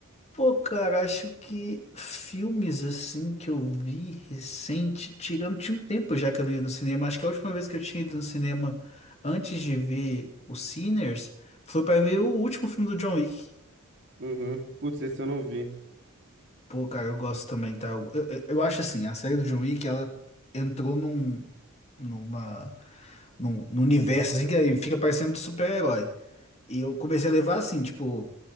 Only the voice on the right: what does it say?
Uhum. Putz, esse eu não vi.